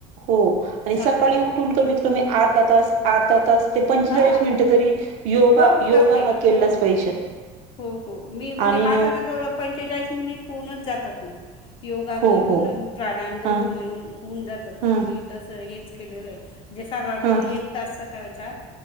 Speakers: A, on the right; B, on the left.
A: हो आणि
B: सहा
A: सकाळी
B: तास
A: उठून कमीत कमी अर्धा तास अर्धा तास ते पंचेचाळीस
B: हा
A: मिनिटं तरी योगा
B: हो करते
A: योगा हा केलाच
B: हो
A: पाहिजे.
B: हो हो मी म्हणजे
A: आणि
B: माझा ना जवळजवळ पंचेचाळीस मिनिटं होऊनच जातात. योगा
A: हो
B: करून
A: हो
B: आणि प्राणायाम
A: हा
B: दोघ मिळून होऊन जातात
A: हा
B: मी तसं हे केलेलं आहे जे साधारण
A: हा
B: तो एक तास सकाळचा